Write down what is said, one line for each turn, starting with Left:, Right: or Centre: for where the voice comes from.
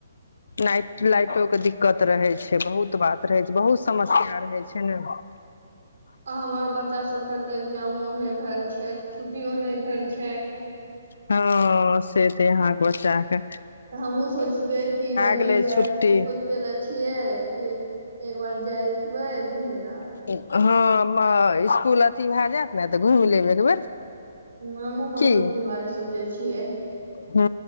Left: लाइट लाइटोे के दिक्कत रहै छै बहुत बात रहै छै बहुत समस्या रहै छै ने
Right: आ हमर बच्चा सब के तऽ एग्जामो मे भेल छै छुट्टियो नहि भेल छै
Left: हँ से ते अहाँके बच्चा केँ
Right: तऽ हमहूँ सोचबै कि मन्दिर
Left: गेलै
Right: जाइ
Left: छुट्टी
Right: सोचै लए छियै कि एक बार जयबै घूमय लए
Left: हँ म इसकुल अथी भए जायत ने तऽ घुमि लेबे एक बेर
Right: हँ हमहुँ मन्दिरके
Left: की
Right: बारे सोचै छियै
Left: हँ